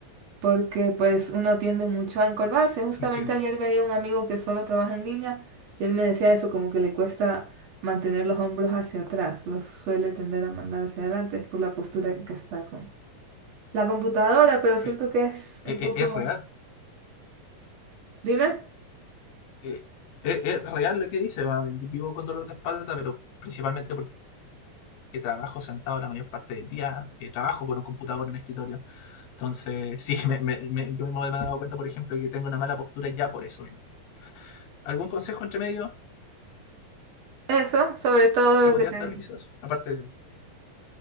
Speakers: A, on the right; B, on the left.
A: porque pues uno tiende mucho a encorvarse. Justamente
B: Entiendo.
A: ayer veía un amigo que solo trabaja en línea y él me decía eso, como que le cuesta mantener los hombros hacia atrás, los suele tender a mandar hacia adelante, es por la postura en que está con la computadora, pero siento
B: Eh,
A: que es
B: eh,
A: un poco...
B: eh, es real.
A: Dime,
B: Eh, eh, es real lo que dice. va, Yo vivo con dolor de espalda, pero principalmente porque trabajo sentado la mayor parte del día. eh, trabajo con un computador en el escritorio. Entonces, <laughs> sí, me- me- me- yo mismo me he dado cuenta, por ejemplo, que tengo una mala postura ya por eso mismo. ¿Algún consejo entre medio
A: eso, sobre todo
B: que
A: lo
B: podrías
A: que te
B: darme
A: digo.
B: quizás? Aparte de